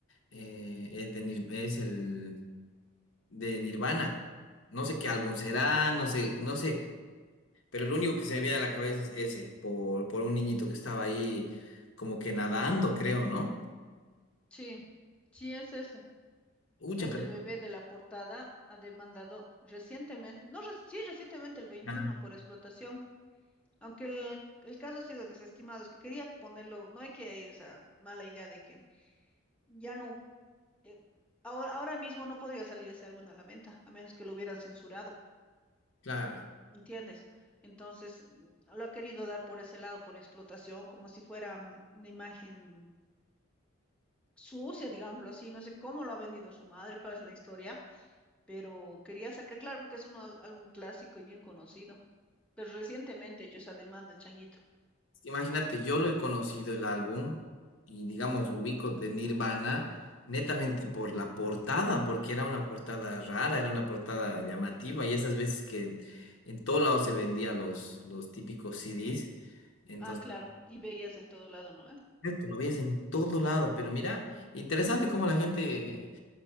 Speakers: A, on the left; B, in the centre.
A: eh, es, de Nir- es el de Nirvana. No sé qué álbum será, no sé, no sé, pero lo único que se me viene a la cabeza es ese, por, por un niñito que estaba ahí como que nadando, creo, ¿no?
B: Sí, sí es ese.
A: Ucha,
B: Es
A: pero...
B: el bebé de la portada, ha demandado recientemente, no, re- sí, recientemente el veintiuno
A: Ah,
B: por explotación, aunque el, el caso ha sido desestimado, es que quería ponerlo, no hay que, hay esa mala idea de que ya no eh, ahora, ahora mismo no podría salir ese álbum a la venta, a menos que lo hubieran censurado,
A: Claro.
B: ¿entiendes? Entonces, mm, lo ha querido dar por ese lado, por explotación, como si fuera mm, una imagen sucia, digámoslo así. No sé cómo lo ha vendido su madre, cuál es la historia, pero quería sacar, claro, porque es un al- álbum clásico y bien conocido. Pero recientemente he hecho esa demanda, el changuito.
A: Imagínate, yo lo he conocido el álbum y digamos ubico de Nirvana netamente por la portada, porque era una portada rara, era una portada llamativa y esas veces que en todo lado se vendía los, los típicos CDs, entonces
B: Ah, claro, y veías en todo lado, ¿no? ¿Eh?
A: esto lo veías en todo lado, pero mira, interesante cómo la gente eh,